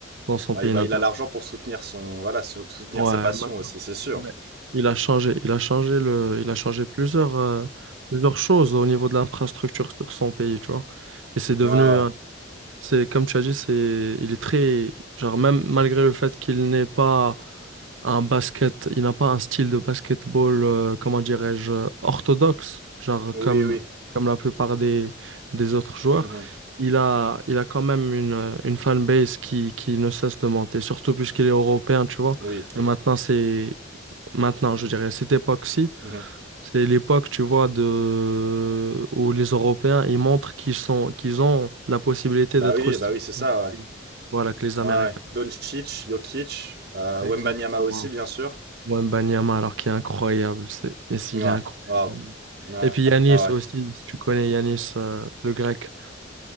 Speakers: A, on the right; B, on the right.
A: dans son
B: Ouais,
A: pays
B: bah,
A: natal.
B: il a l'argent pour soutenir son, voilà, sou- soutenir
A: Ouais,
B: sa passion
A: maintenant,
B: aussi, c'est sûr.
A: il a, il a changé. Il a changé le, il a changé plusieurs, euh, plusieurs choses au niveau de l'infrastructure sur son pays, tu vois. Et c'est devenu.
B: Ouais, ouais.
A: C'est comme tu as dit, c'est il est très genre même malgré le fait qu'il n'est pas un basket, il n'a pas un style de basketball euh, comment dirais-je euh, orthodoxe, genre
B: Oui,
A: comme
B: oui.
A: comme la plupart des des autres joueurs,
B: Mhm.
A: il a il a quand même une euh, une fanbase qui qui ne cesse de monter, surtout puisqu'il est européen, tu vois.
B: Oui.
A: Et maintenant c'est maintenant, je dirais à cette époque-ci
B: Mhm.
A: c'est l'époque, tu vois, de... où les Européens, ils montrent qu'ils sont, qu'ils ont la possibilité
B: Bah
A: d'être
B: oui,
A: aussi
B: bah oui,
A: grands
B: c'est ça,
A: que
B: ouais.
A: les- voilà, que les Américains.
B: Ouais, ouais. Doncic, Jokic, euh,
A: Exactement.
B: Wembanyama aussi, bien sûr.
A: Wembanyama, alors qu'il est incroyable. C'est... Mais s'il
B: Ouais,
A: est incroyable.
B: waouh. ah
A: Et puis Yanis
B: ah ouais.
A: aussi, si tu connais Yanis, euh, le grec.